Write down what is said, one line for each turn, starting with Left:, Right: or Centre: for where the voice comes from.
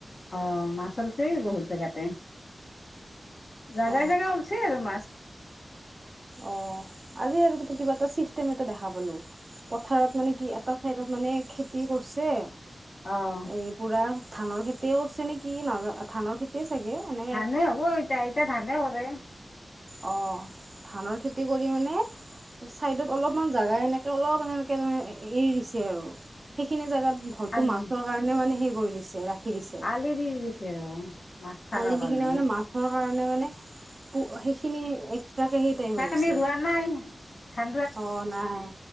Left: অ মাছ ওলাইছে বহুত জেগাতে জাগাই
Right: অ
Left: জাগাই ওলাইছে আৰু মাছ।
Right: অ আজি কিবা এটা চিষ্টেম এটা দেখা পালো, পথাৰত মানে কি এটা, চাইডত মানে খেতি কৰিছে।
Left: অঁ
Right: এই পুৰা ধানৰ খেতিয় কৰিছে নেকি নহ ধানৰ খেতিয়ে চাগে এনে
Left: ধানে হ'ব এতিয়া এতিয়া ধানে কৰে।
Right: অ ধানৰ খেতি কৰি মানে চাইডত অলপমান জাগা এনেকে অলপমান এনেকে এৰি দিছে আৰু সেইখিনি জোগাত হয়তো
Left: আলি
Right: মাছৰ কাৰণে মানে সেই কৰি দিছে ৰাখি দিছে।
Left: এৰি এৰি দিছে মাছ, থকাৰ
Right: আলি দি
Left: কাৰণে
Right: কিনে মানে মাছৰ কাৰণে মানে প সেইখিনি এক্সট্ৰাকে সেই টাইপ
Left: সেইখিনি
Right: হৈ গৈছে।
Left: ৰোৱা নাই, ধান
Right: অ নাই